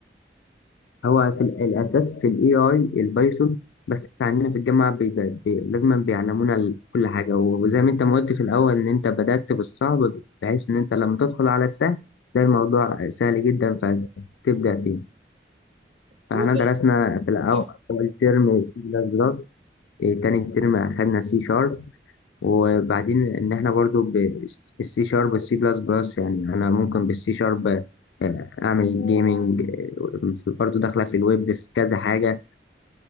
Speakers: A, on the left (about 80°); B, on the right (about 35°).
A: هو في ال- الاساس في الاي اي البايثون بس عندنا في الجامعه بي بي لازم بيعلمونا ال- كل حاجه وزي ما انت ما قلت في الاول ان انت بدات بالصعب بحيث ان انت لما تدخل على السهل ده الموضوع سهل جدا فتبدا
B: مم.
A: فيه فاحنا
B: وترى
A: درسنا في الاول
B: صح.
A: أول ترم سي بلس بلس إيه، تاني ترم أخدنا سي شارب وبعدين ان احنا برضو بالسي شارب والسي بلس بلس يعني انا ممكن بالسي شارب اعمل جيمنج برضو داخله في الويب في كذا حاجه